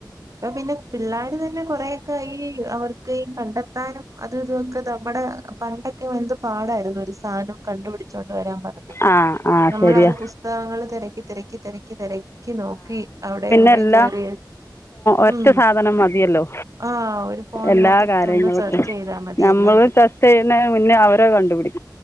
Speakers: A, on the right (about 45°); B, on the left (about 35°).
A: ഇപ്പോ പിന്നെ പിള്ളാര് തന്നെ കൊറെയൊക്കെ ഈ അവർക്ക് കണ്ടെത്താനും അതും ഇതുമൊക്കെ നമ്മുടെ പണ്ടൊക്കെ എന്ത് പാടായിരുന്നു ഒരു സാധനം കണ്ടുപിടിച്ചോണ്ട് കൊണ്ട് വരാൻ പറഞ്ഞാ
B: ആ ആ
A: നമ്മള്
B: ശരിയാ
A: അത് പുസ്തകങ്ങൾ തെരക്കി തെരക്കി തെരക്കി തെരക്കി നോക്കി അവിടെ എവിടെയും
B: എല്ലാ
A: കേറി
B: ഒറ്റ
A: ഉം
B: സാധനം മതിയല്ലോ
A: ആഹ് ഒരു ഫോണിനകത്തെടുത്ത്
B: എല്ലാ കാര്യങ്ങൾക്കും
A: ഒന്ന് സെർച്ച് ചെയ്താ മതി
B: നമ്മള്
A: എല്ലാം കിട്ടും.
B: ടെസ്റ്റ് ചെയ്യുന്നേന് മുന്നേ അവരത് കണ്ടുപിടിക്കും